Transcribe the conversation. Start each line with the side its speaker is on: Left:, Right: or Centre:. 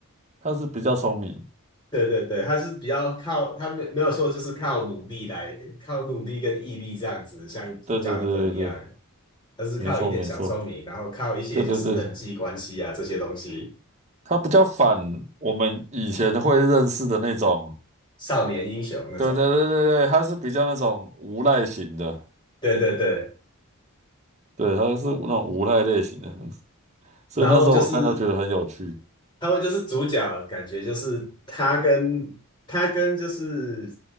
Right: 他是比较聪明，
Left: 对对对，他是比较靠他没没有说就是靠努力来靠努力跟毅力这样子，像
Right: 对对对对对，
Left: Jonathan 一样，他是靠一点小聪明，
Right: 没错没错，
Left: 然后靠一些就是人际关系啊这些东西，
Right: 对对对，他比较反我们以前会认识的那种，
Left: 少年英雄那种。
Right: 对对对对对，他是比较那种无赖型的，
Left: 对对对，
Right: 对，他是那种无赖类型的，所以那时候我看到觉得很有趣。
Left: 然后就是他们就是主角，感觉就是他跟他跟就是